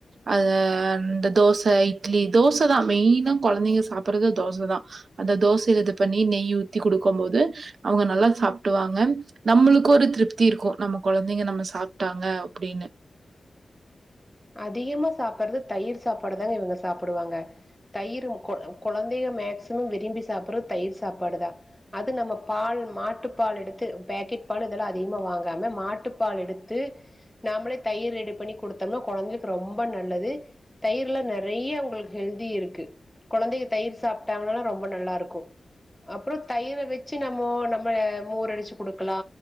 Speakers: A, on the right (about 70°); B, in the centre.
A: அத இந்த தோச இட்லி தோச தா மெயினா கொழந்தெங்க சாப்புட்றது அது தோச தா அந்த தோசைல இது பண்ணி நெய் ஊத்தி குடுக்கம் போது அவுங்க நல்லா சாப்ட்டுவாங்க நம்மளுக்கு ஒரு திருப்தி இருக்கு நம்ம கொழந்தெங்க நம்ம சாப்ட்டாங்க அப்டின்னு
B: அதிகமா சாப்பட்றது தயிர் சாப்பாடுதானே இவுங்க சாப்புடுவாங்க தயிரும் கொ கொழந்தெக மேக்சிமம் விரும்பி சாப்புட்றத் தயிர் சாப்பாடு தா அது நம்ம பால் மாட்டு பால் எடுத்து பேக்கெட் பால் இதெலா அதிகமா வாங்காம மாட்டு பால் எடுத்து நாமளே தயிர் ரெடி பண்ணி குடுத்தொம்ன கொழந்தைக்கு ரொம்ப நல்லது தயர்ல நெறைய உங்களுக்கு ஹெல்தி இருக்கு கொழந்தைக தயிர் சாப்ட்டாங்கனாலா ரொம்ப நல்லா இருக்கு அப்பறொ தயிர வச்சு நம்மோ நம்மள மோர் அடுச்சு குடுக்கலா